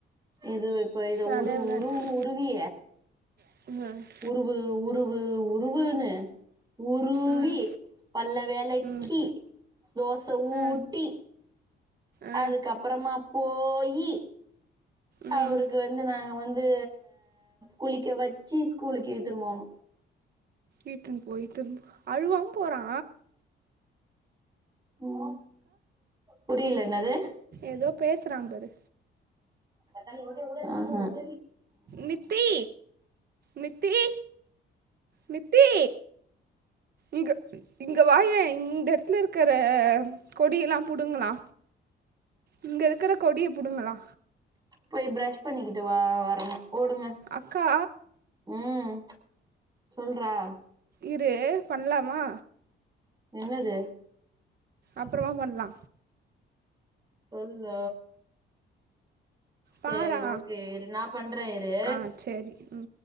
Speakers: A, on the right; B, on the right.
A: இது இப்ப இத
B: காலைல
A: உரு
B: விளாடுச்சு
A: உரு உருவி
B: <unintelligible>
A: உருவு உருவு உருவுன்னு உருவி
B: ம்
A: பல்ல வெளக்கி
B: ம்
A: தோச ஊட்டி
B: ஆ ஆ
A: அதுக்கப்பறமா போயி
B: ம்
A: அவருக்கு வந்து நாங்க வந்து குளிக்க வச்சு ஸ்கூலுக்கு இழுதுனு போனு
B: இழுதுனு போய்டு அழுவாம போறா
A: ம் புரியல என்னது
B: எதோ பேசுறா பாரு
A: ம் ஹம்
B: நித்தி நித்தி நித்தி ஈக இங்க வாயே இ ந்தடதுல இருக்கிற கொடியலா புடுங்களா இங்க இருக்கற கொடிய புடுங்களா
A: போய் ப்ரஷ் பண்ணிக்கிட்டு வா வரணு ஓடுங்க
B: அக்கா
A: ம் சொல்றா
B: இரு பண்லாமா
A: என்னது
B: அப்றமா பண்லா
A: சொல்லு செரி
B: பாரா
A: ஓகே இரு நா பண்றே இரு
B: ஆ சரி ம்